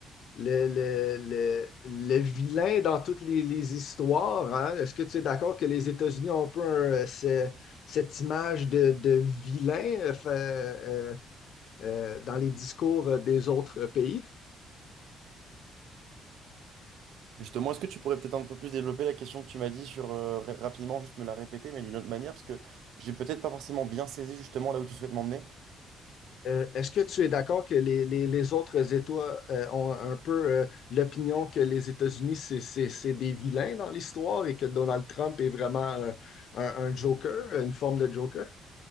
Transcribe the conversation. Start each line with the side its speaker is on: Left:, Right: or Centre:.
Left: le, le, le, le vilain dans toutes les, les histoires. hein. Est-ce que tu es d'accord que les États-Unis ont un peu euh, ce- cette image de, de vilain euh, fa- euh, euh, dans les discours euh, des autres pays?
Right: Justement, est-ce que tu pourrais peut-être un peu plus développer la question que tu m'as dit sur, euh, ra- rapidement, juste me la répéter, mais d'une autre manière, parce que j'ai peut-être pas forcément bien saisi justement là où tu souhaites m'emmener.
Left: Euh, est-ce que tu es d'accord que les, les- les autres États euh, ont un peu euh, l'opinion que les États-Unis, c'est, c'est- c'est des vilains dans l'histoire et que Donald Trump est vraiment un, un- un joker, une forme de joker?